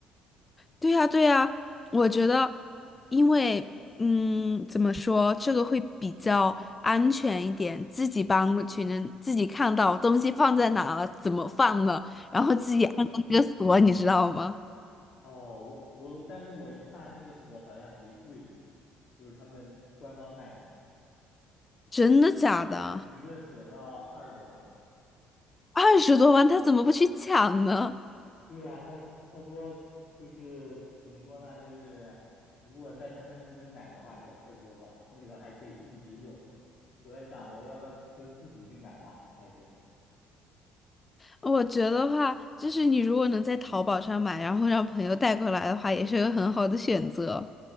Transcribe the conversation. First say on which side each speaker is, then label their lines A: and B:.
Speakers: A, on the left; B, on the left.
A: 对呀，对呀，我觉得，因为，嗯，怎么说，这个会比较安全一点，自己搬过去能自己看到东西放在哪了，怎么放的，然后自己按照这个锁，你知道吗？
B: 哦，我我，但是我一看那个锁好像贼贵，就是他们官方卖的，
A: 真的假的？
B: 一个锁要二十多吧。
A: 二十多万，他怎么不去抢呢？
B: 对呀、他他说就是怎么说呢？就是如果在他们那边买的话，就二十多磅，那个还可以一直用。我在想，我要不要就自己去买吧？还是
A: 我觉得话，就是你如果能在淘宝上买，然后让朋友带过来的话，也是个很好的选择。